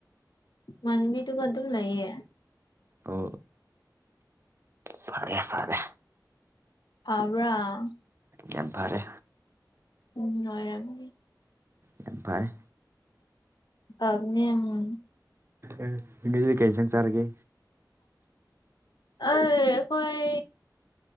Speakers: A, on the left; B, on the right.
A: ꯏꯃꯥꯟꯅꯕꯤꯗꯨꯒ ꯑꯗꯨꯝ ꯂꯩꯌꯦ
B: ꯑꯣ ꯐꯔꯦ ꯐꯔꯦ
A: ꯐꯕ꯭ꯔꯥ
B: ꯌꯥꯝ ꯐꯔꯦ
A: ꯎꯝ ꯅꯣꯏꯔꯝꯅꯤ
B: ꯌꯥꯝ ꯐꯔꯦ
A: ꯐꯕꯅꯦ ꯌꯥꯝꯅ
B: ꯑꯦ ꯉꯁꯤ ꯀꯩ ꯍꯦꯟꯖꯥꯡ ꯆꯥꯔꯒꯦ
A: ꯑꯩ ꯑꯈꯣꯏ